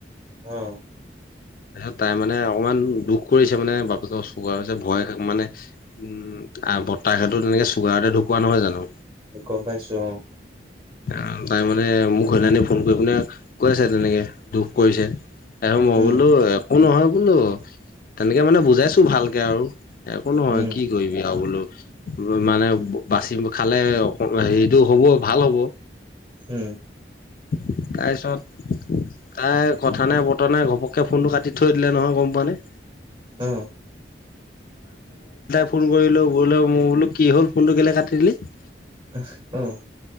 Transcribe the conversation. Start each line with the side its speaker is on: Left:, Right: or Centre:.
Right: উম।
Left: তাৰপিছত তাই মানে অকণমান দুখ কৰিছে মানে বা বাপেকৰ চুগাৰ হৈছে ভয়, মানে, উম, আহ বৰ্তাক হেটো তেনেকে চুগাৰতে ঢুকোৱা নহয় জানো!
Right: গম পাইছো, অঁ।
Left: আহ তাই মানে মোক সেইদিনা ফো ফোন কৰি পিনে কৈ আছে যেনেকে, দুখ কৰিছে। এ মই
Right: উম
Left: বোলো একো নহয় বোলো, তেনেকে মানে বুজাইছো ভালকে আৰু। একো নহয়
Right: উম
Left: কি কৰিবি আৰু বোলো মানে, বাচি খালে, অ', হেৰিটো হ'ব। ভাল হ'ব।
Right: উম।
Left: তাৰপিছত তাই কথা নাই, বতৰা নাই, ঘপককৈ ফোনটো কাটি থৈ দিলে নহয়। গম পাৱনে?
Right: অ
Left: ফোন কৰিলোঁ। বোলো, কি হ'ল? ফোনটো কিয় কাটি দিলি? '
Right: আহ, উম।